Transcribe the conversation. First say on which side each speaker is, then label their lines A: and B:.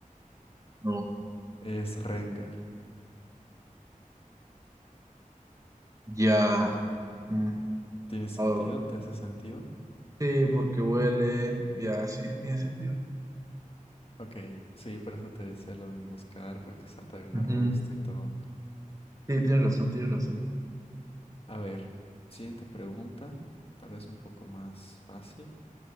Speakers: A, on the right (about 25°); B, on the left (about 45°).
A: No,
B: Es Rengar.
A: ya. mm,
B: ¿Tiene sentido?
A: oh,
B: ¿Te hace sentido?
A: sí, porque huele. Ya, sí, tiene sentido.
B: Ok, sí, por eso te decía lo de emboscar, porque salta de un
A: Ujú,
B: arbusto y todo.
A: Sí, tienes razón, tienes razón.
B: A ver, siguiente pregunta, tal vez un poco más fácil,